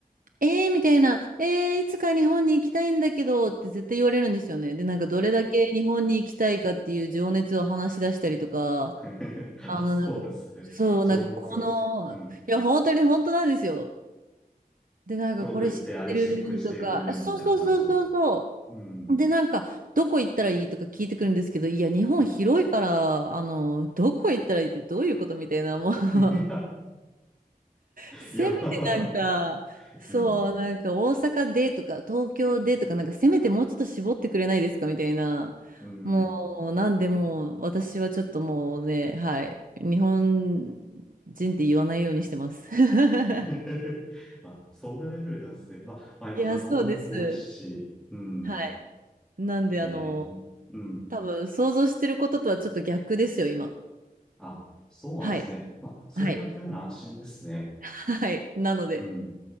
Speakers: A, on the right; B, in the centre.
A: えー、みたいな、えー、いつか日本に行きたいんだけどって絶対言われるんですよね。で、なんかどれだけ日本に行きたいかっていう情熱を話し出したりとか、
B: <laughs>
A: あの、
B: あ、そうなんですね。
A: なんか、そう、
B: 情熱を。
A: なんかこの、
B: うん。
A: いや、本当に本当なんですよ。で、なんかこれ知ってるとか、
B: 京都行って、あれして、これして、うんぬんみたいな話を。
A: あそうそうそうそうそ
B: うん。
A: う。で、なんか、どこ行ったらいいとか聞いてくるんですけど、いや、日本広いから、
B: うん。
A: あの、どこ行ったらいいってどういうことみたいな、もう <laughs>
B: <laughs>
A: せめてなんか、
B: いや、まあ、
A: そう、
B: うん。
A: なんか大阪でとか、東京でとか、なんかせめてもうちょっと絞ってくれないですかみたいな。
B: うん。
A: もう、なんでもう、私はちょっともうね、はい、日本人って言わないようにしてます。<laughs>
B: <laughs> まあ、そんなレベルなんですね。まあ、まあ今観光もね、
A: いや、そうです。
B: 多いし、うん。
A: はい。
B: ね
A: なんで、
B: えー、
A: あの、
B: うん。
A: 多分想像してることとはちょっと逆ですよ、今。
B: あ、そうなんですね。
A: はい。
B: まあ、そういう環境なら安心ですね。
A: はい。<laughs> はい。なので、
B: うん。